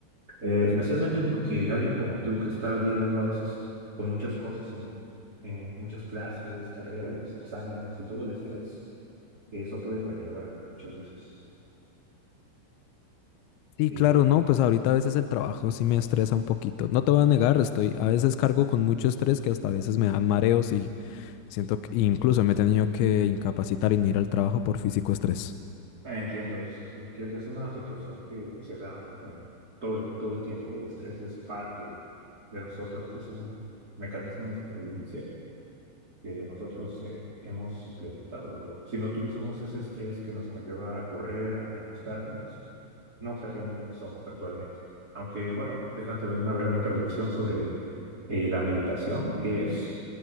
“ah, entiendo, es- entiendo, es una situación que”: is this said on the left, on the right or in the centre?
Right